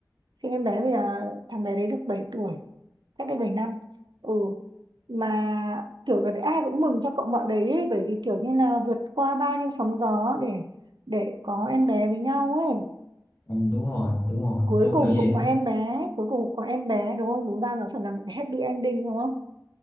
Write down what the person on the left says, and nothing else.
Ừ, đúng rồi đúng rồi
tôi
cũng nghĩ
vậy á